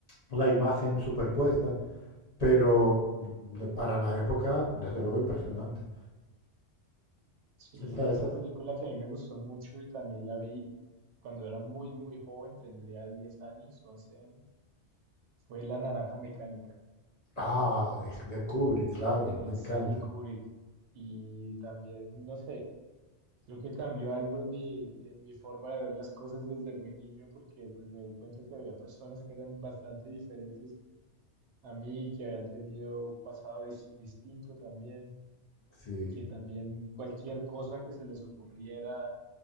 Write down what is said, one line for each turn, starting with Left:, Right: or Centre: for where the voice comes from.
Left: la imagen superpuesta, pero de- para la época, desde luego impresionante.
Right: Sí,
Left: Esa,
Right: otra
Left: esa es-
Right: película que a mí me gustó mucho y también la vi cuando era muy, muy joven, tendría 10 años, 11 años, fue La Naranja Mecánica,
Left: Ah, de, de Kubrick, claro,
Right: eh,
Left: me encanta.
Right: Stanley Kubrick. Y también, no sé, Creo que cambió algo en mi, en mi forma de ver las cosas desde muy niño porque pues me di cuenta que había personas que eran bastante diferentes a mí, que habían tenido un pasado dis- distinto también
Left: Sí.
Right: y que también cualquier cosa que se les ocurriera